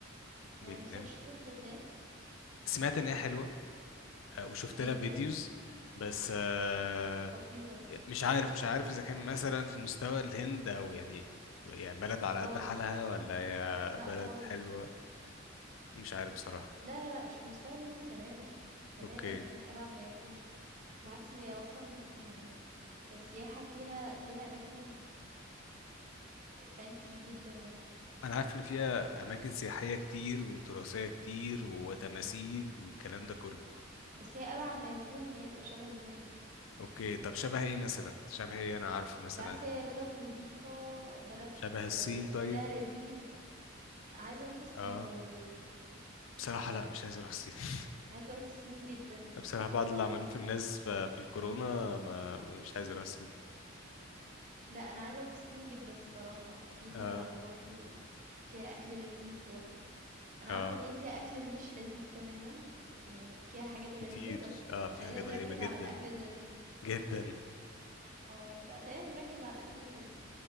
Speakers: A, on the right; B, on the left.
A: يعني
B: فيتنام
A: نفسكش تروح فيتنام؟
B: سمعت ان هي حلوة آه وشفت
A: جدًا،
B: لها فيديوز بس آه
A: خطيرة.
B: مش عارف مش عارف اذا كان مثلا في مستوى الهند او يعني يعني بلد على
A: خالص،
B: قد حالها ولا هي
A: لأ
B: بلد
A: خالص،
B: حلوة مش عارف بصراحة
A: لا، لا، لأ، مش في مستوى الهند تمامًا، تمامًا
B: اوكي
A: يعني أبعد ما يكون، بالعكس هي أصلًا يعني كسياحة فيها فيها أماكن fancy جدًا يعني،
B: انا عارف ان فيها اماكن سياحية كتير وتراثية كتير وتماثيل والكلام ده كله
A: بس هي أبعد ما يكون إن هي تبقى شبه الهند،
B: اوكي طب شبه ايه مثلا شبه ايه انا عارفه مثلا
A: بالعكس هي بلد نضيفة، بلد
B: شبه
A: آه،
B: الصين طيب
A: أكلها لذيذ، عايزة أروح الصين
B: اه
A: by the way
B: بصراحة لا مش عايز اروح الصين <laughs>
A: عايزة أروح الصين جدًا،
B: بصراحة بعد اللي عملوه في الناس ف- في الكورونا ما مش عايز اروح الصين
A: لأ أنا عايزة أروح الصين جدًا الصراحة، فيها
B: اه
A: برضه فيها أكل لذيذ برضه. أنا
B: اه
A: عارفة إن هي فيها أكل مش لذيذ تمامًا، يعني وفيها حاجات غريبة،
B: كتير
A: بس
B: اه في
A: خلّينا
B: حاجات
A: نركّز
B: غريبة جدا
A: على الأكل اللذيذ.
B: جدا
A: آه، لأ خلّينا نركّز على الأكل الحلو.